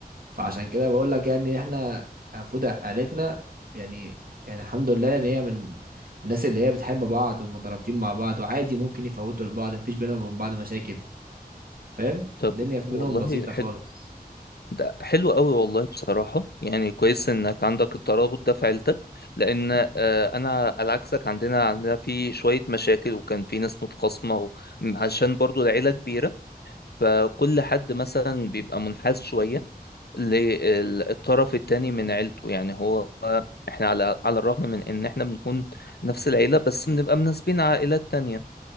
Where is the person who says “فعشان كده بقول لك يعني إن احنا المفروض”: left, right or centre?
Right